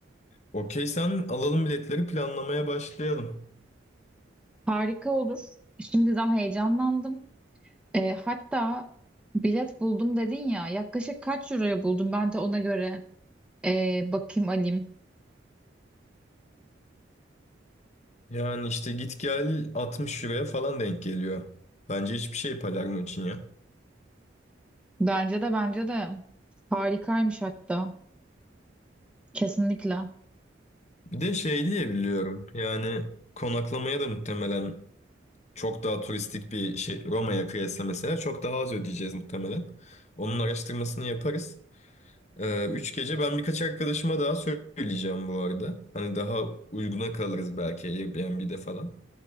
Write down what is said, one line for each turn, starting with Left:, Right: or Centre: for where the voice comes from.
Left: Okey sen alalım biletleri planlamaya başlayalım.
Centre: Harika olur. Şimdiden heyecanlandım. Ee, hatta bilet buldum dedin ya. Yaklaşık kaç euroya buldun? Ben de ona göre ee, bakayım alayım.
Left: Yani işte git gel 60 euroya falan denk geliyor. Bence hiçbir şey Palermo için ya.
Centre: Bence de bence de. Harikaymış hatta. Kesinlikle.
Left: Bir de şey diye biliyorum. Yani konaklamaya da muhtemelen çok daha turistik bir şey Roma'ya kıyasla mesela çok daha az ödeyeceğiz muhtemelen. Onun araştırmasını yaparız. Ee, üç gece ben birkaç arkadaşıma daha söyleyeceğim bu arada. Hani daha uyguna kalırız belki Airbnb'de falan.